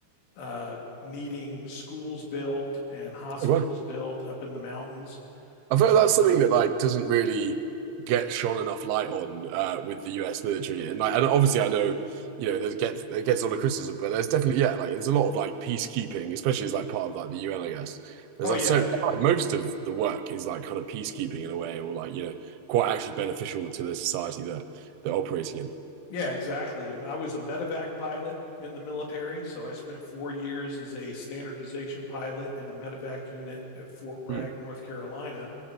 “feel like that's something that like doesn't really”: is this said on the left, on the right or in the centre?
Right